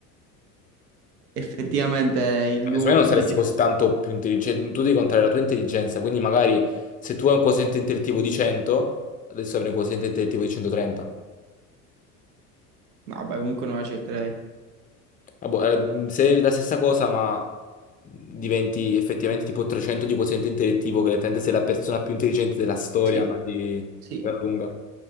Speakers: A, on the right; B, on the left.
A: effettivamente il-
B: Secondo
A: l'uomo
B: me non
A: più
B: saresti
A: intelligente.
B: così tanto più intelligente, tu devi contare la tua intelligenza, quindi magari se tu hai un quoziente intellettivo di 100, adesso avrai un quoziente intellettivo di 130.
A: No, vabbè, comunque non accetterei.
B: Ah, boh, eh, se è la stessa cosa, ma diventi effettivamente tipo 300 di quoziente intellettivo, che letteralmente sei la persona più intelligente della storia,
A: Sì,
B: ma di
A: sì,
B: gran lunga.